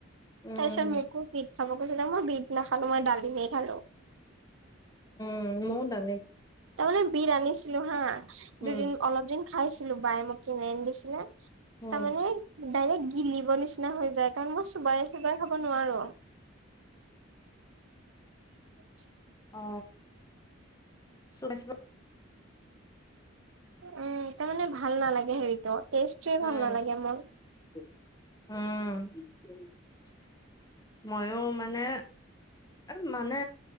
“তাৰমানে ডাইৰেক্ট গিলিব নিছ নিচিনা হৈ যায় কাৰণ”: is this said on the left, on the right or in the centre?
Right